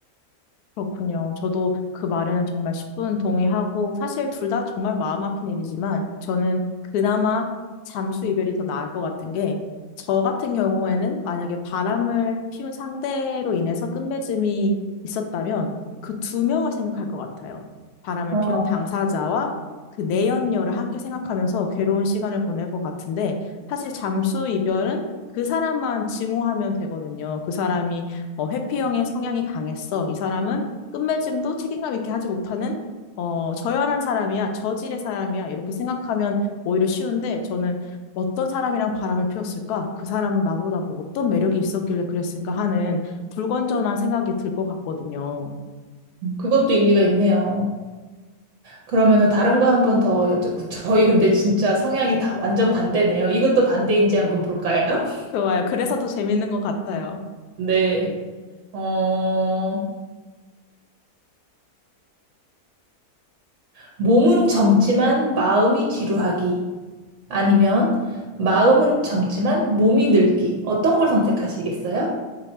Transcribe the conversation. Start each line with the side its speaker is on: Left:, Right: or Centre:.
Left: 그렇군요. 저도 그 말에는 정말 10분 동의하고, 사실 둘 다 정말 마음 아픈 일이지만, 저는 그나마 잠수 이별이 더 나을 것 같은 게, 저 같은 경우에는 만약에 바람을 피운 상대로 인해서 끝맺음이 있었다면, 그 두 명을 생각할 것 같아요. 바람을
Right: 어,
Left: 피운 당사자와 그 내연녀를 함께 생각하면서 괴로운 시간을 보낼 것 같은데, 사실 잠수 이별은 그 사람만 증오하면 되거든요. 그 사람이 어, 회피형의 성향이 강했어. 이 사람은 끝맺음도 책임감 있게 하지 못하는 어, 저열한 사람이야, 저질의 사람이야 이렇게 생각하면 오히려 쉬운데 저는 어떤 사람이랑 바람을 피웠을까? 그 사람은 나보다 뭐 어떤 매력이 있었길래 그랬을까 하는 불건전한 생각이 들 것 같거든요.
Right: 그것도 일리가 있네요. 그러면은 다른 거 한 번 더 여쭤보고 저희 근데 진짜 성향이 다 완전 반대네요. 이것도 반대인지 한번 볼까요? <laughs>
Left: 좋아요. 그래서 더 재밌는 것 같아요.
Right: 네. 어, 몸은 젊지만 마음이 지루하기 아니면 마음은 젊지만 몸이 늙기 어떤 걸 선택하시겠어요?